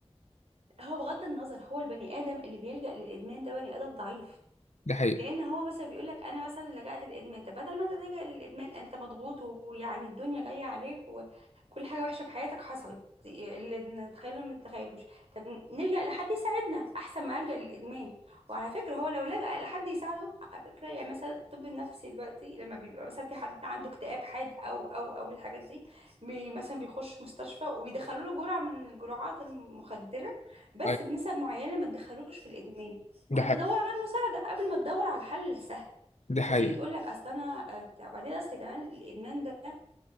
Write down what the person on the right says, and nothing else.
هو بغض النظر هو البني ادم اللي بيلجأ للادمان ده بني ادم ضعيف
لان هو مثلا بيقول لك انا مثلا لجأت للادمان طب بدل ما انت تلجأ للادمان انت مضغوط ويعني الدنيا جايه عليك وكل حاجه وحشه بحياتك حصلت اللي نتخيله ما نتخيلوش طب نلجأ لحد يساعدنا احسن ما ألجأ للادمان وعلى فكره هو لو لجأ لحد يساعده على فكره يعني مثلا الطب النفسي دلوقتي لما بيبقى مثلا في حد عنده اكتئاب حاد او او او الحاجات دي بي مثلا بيخش مستشفى وبيدخلوا له جرعه من الجرعات المخدره بس
بنسب معينه ما تدخلوش في الادمان
فانت
دور على المساعده قبل ما تدور على الحل السهل
وتيجي تقول لك اصل انا آه، بتاع بعدين اصل كمان الادمان ده